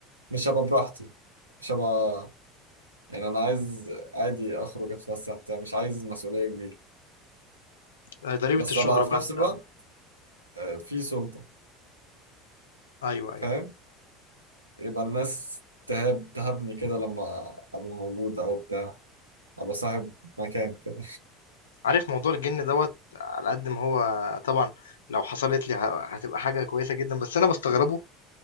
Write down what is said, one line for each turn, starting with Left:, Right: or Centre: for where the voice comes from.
Right: مش هبقى براحتي مش هبقى يعني انا عايز عادي اخرج اتفسح بتاع مش عايز مسؤوليه كبيره
Left: آه، ضريبة
Right: بس
Left: الشهرة
Right: ابقى
Left: بقى
Right: في نفس
Left: انت
Right: الوقت أه، في سلطه
Left: ايوه ايوه
Right: فاهم يبقى الناس تهاب تهابني كده لما أبقى موجود أو بتاع أبقى صاحب مكان كده
Left: عارف موضوع الجن دوت على قد ما هو طبعا لو حصلت لي ه- هتبقى حاجة كويسة جدا بس انا بستغربه